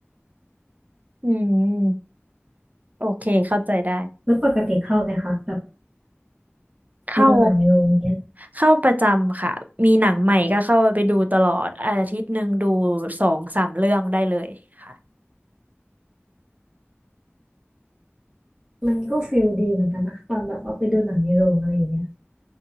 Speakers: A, on the right; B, on the right.
A: อืมโอเคเข้าใจได้
B: แล้วปกติเข้าไหมคะแบบ
A: เข้า
B: ไปดูหนังในโรงเนี้ย
A: เข้าประจำค่ะมีหนังใหม่ก็เข้าไปดูตลอดอาทิตย์หนึ่งดูสองสามเรื่องได้เลยค่ะ
B: มันก็ฟิลดีเหมือนกันนะตอนแบบว่าไปดูหนังในโรงอะไรอย่างเงี้ย